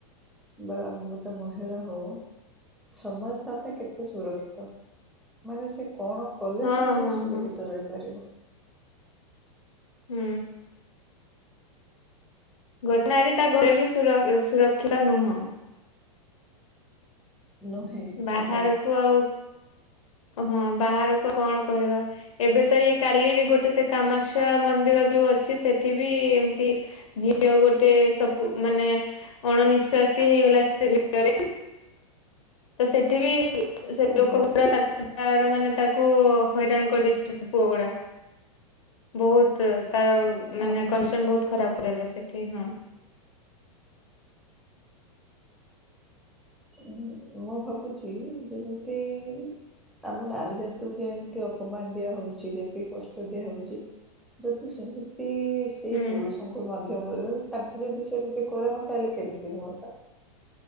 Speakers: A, in the centre; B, on the left (about 60°).
A: ବା ଗୋଟେ ମହିଳା ହୋଉ ସମାଜ ତା ପାଇଁ କେତେ ସୁରକ୍ଷିତ? ମାନେ ସେ କଣ କଲେ
B: ହଁ
A: ସେ ନିଜେ
B: ହଁ
A: ସୁରକ୍ଷିତ
B: ହଁ
A: ରହିପାରିବ?
B: ହୁଁ। ଗୋଟେ ନାରୀ ତା ଘରେ ବି ସୁର ଅ ସୁରକ୍ଷିତ ନୁହଁ।
A: ନୁହେଁ
B: ବାହାରକୁ
A: ଆଜ୍ଞା
B: ଆଉ ହଁ ବାହାରକୁ କଣ କହିବା? ଏବେ ତ ଇଏ କାଲିରେ ଗୋଟେ ସେ କାମାକ୍ଷା ମନ୍ଦିର ଯୋଉ ଅଛି ସେଠି ବି ଏମତି ଝିଅ ଗୋଟେ ସବୁ ମାନେ ଅଣନିଶ୍ଵାସୀ ହେଇଗଲା ସେ ଭିତରେ ତ ସେଠି ବି ସେ
A: ଆଜ୍ଞା
B: ଲୋକଗୁଡା ତାକୁ ତାର ମାନେ ତାକୁ ହଇରାଣ କରିଦେଇଚନ୍ତି ପୁଅଗୁଡା। ବୋହୁତ ତାର
A: ହଁ
B: ମାନେ
A: ହଁ
B: କଣ୍ଡିସନ ବୋହୁତ ଖରାପ କରଦେଲେ ସେଠି ହଁ।
A: ଉଁ, ମୁଁ ଭାବୁଚି ଯେମତି ଆମ ନାରୀ ଜାତିକୁ ଯେମିତି ଅପମାନ ଦିଆ ହଉଛି ଯେତିକି କଷ୍ଟ ଦିଆ ହଉଛି। ଯଦି ସେମିତି ସେଇ
B: ହୁଁ।
A: ପୁରୁଷ ମାଧ୍ୟମରେ ତାଙ୍କୁ ଯଦି ସେମିତି କରା ହୁଅନ୍ତା ତାହେଲେ କେମିତି ହୁଅନ୍ତା।